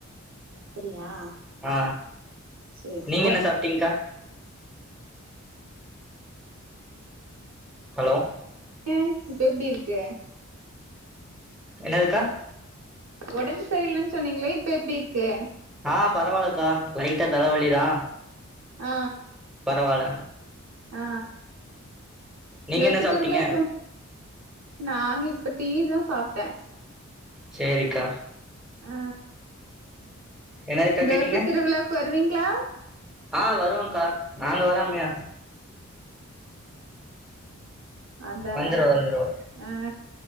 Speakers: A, on the right; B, in the centre.
A: அப்படியா
B: ஆ
A: சேரி சேரி
B: நீங்க என்ன சாப்டீங்க்கா ஹலோ
A: ஏ இப்ப எப்டி இரு க்கு
B: என்னதுக்கா
A: ஒடம்பு சரியில்லன்னு சொன்னீங்களே இப்ப எப்டி இருக்கு
B: ஆ பரவால்லக்கா லைட்டா தலவலி தா
A: ஆ
B: பரவால்ல
A: ஆ
B: நீங்க
A: இந்த வருச
B: என்ன சாப்ட்டீங்க
A: திருவிழாக்கு நாங்க இப்ப டீ தா சாப்ட்ட
B: சேரிக்கா
A: ஆ
B: என்னதுக்கா
A: இந்த
B: கேட்டீங்க
A: வருஷ திருவிழாவுக்கு வருவீங்களா
B: ஆ வருவங்க்கா நாங்க வராமயா?
A: அதான
B: வந்துருவோ வந்துருவோ
A: ஆ